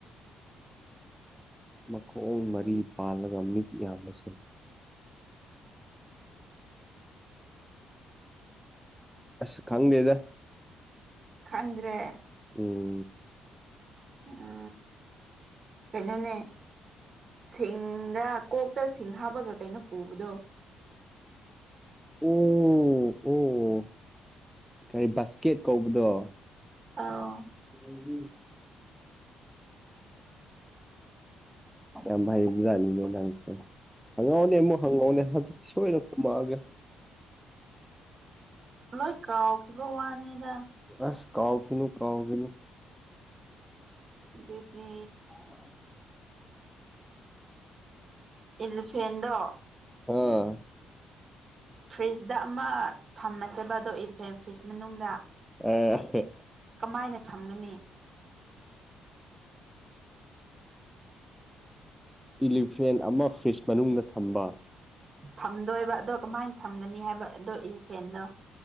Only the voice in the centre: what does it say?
ꯃꯈꯣꯡ ꯃꯔꯤ ꯄꯥꯜꯂꯒ ꯃꯤꯠ ꯌꯥꯝꯕꯁꯦ ꯑꯁ ꯈꯪꯗꯦꯗ
ꯎꯝ
ꯑꯣ ꯑꯣ ꯀꯔꯤ ꯕꯥꯁꯀꯦꯠ ꯀꯧꯕꯗꯣ
<unintelligible> ꯌꯥꯝ ꯍꯥꯏꯕꯖꯥꯅꯤꯡꯅꯦ ꯅꯪꯁꯦ ꯍꯪꯉꯥꯑꯣꯅꯦ ꯑꯃꯨꯛ ꯍꯪꯉꯥꯑꯣꯅꯦ ꯍꯧꯖꯤꯛꯇꯤ ꯁꯣꯏꯅ ꯈꯨꯃꯛꯑꯥꯒꯦ꯫
ꯑꯁ ꯀꯥꯎꯈꯤꯅꯨ ꯀꯅꯨꯈꯤꯅꯨ꯫
<inaudible>
ꯑꯥ
ꯑ ꯑꯥꯍꯥ
ꯏꯂꯤꯐ꯭ꯔꯦꯟ ꯑꯃ ꯐ꯭ꯔꯤꯖ ꯃꯅꯨꯡꯗ ꯊꯝꯕ꫰